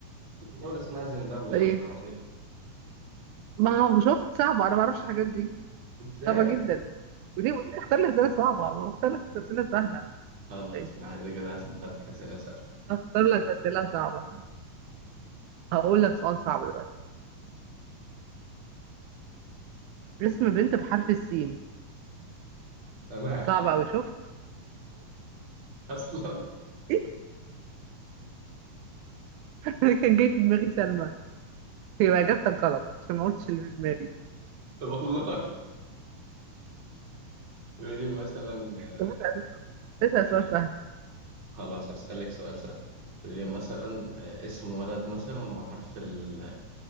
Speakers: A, on the right (about 50°); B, on the right (about 75°).
A: في دولة اسمها زيمبابوي
B: ايه
A: لو تعرفيها
B: ما هو شفت صعبة أنا ما أعرفش الحاجات دي
A: إزاي
B: صعبة جدا وليه وليه تختار لي أسئلة صعبة ما أختار لك أسئلة سهلة
A: خلاص
B: ماشي
A: ما عاد كده هسألك لك أسئلة سهلة
B: أختار لك أسئلة صعبة هقول لك سؤال صعب دلوقتي اسم بنت بحرف السين
A: سماح
B: صعب أوي شفت
A: أصلا
B: <laughs> إيه اللي كان جاي في دماغي سلمى يبقى إجابتك غلط عشان ما قلتش اللي في دماغي
A: <laughs> والله قولي لي مثلا آه،
B: طب أنت اسأل
A: قولي
B: سؤال
A: لي-
B: سهل
A: خلاص هسألك سؤال سهل قولي لي مثلا آه، اسم ولد مثلا بحرف ال